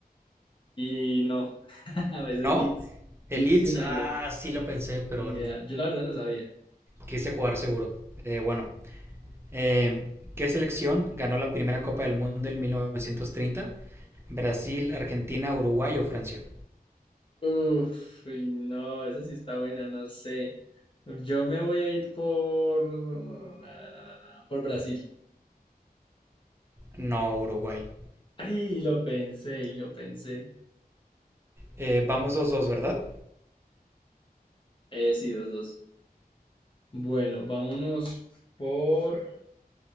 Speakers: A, on the left (about 35°); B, on the right (about 15°).
A: Y no, <laughs> es
B: ¿No?
A: el Leeds,
B: El
A: Leeds
B: Leeds,
A: United.
B: ah, sí lo pensé, pero
A: Ni idea. Yo la verdad no sabía.
B: quise jugar seguro. Eh, bueno, eh, ¿qué selección ganó la primera Copa del Mundo en 1930? ¿Brasil, Argentina, Uruguay o Francia?
A: Uf, uy, no, esa sí está buena, no sé. Yo me voy a ir por... na, na, na, na, na, por Brasil.
B: No, Uruguay.
A: Ay, lo pensé, y lo pensé.
B: Eh, vamos dos dos, ¿verdad?
A: Eh, sí, dos, dos. Bueno, vámonos por